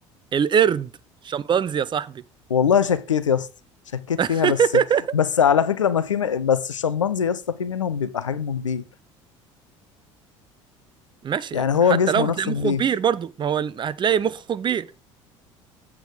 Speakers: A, on the right (about 30°); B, on the left (about 80°).
A: القرد شمبانزي يا صاحبي
B: والله شكيت يا اسطى شكيت
A: <laughs>
B: فيها بس بس على فكره ما في م... بس الشمبانزي يا اسطى في منهم بيبقى حجمه كبير
A: ماشي
B: يعني هو
A: حتى
B: جسمه
A: لو هتلاقي
B: نفسه
A: مخه
B: كبير
A: كبير برضو ما هو ال- هتلاقي مخه كبير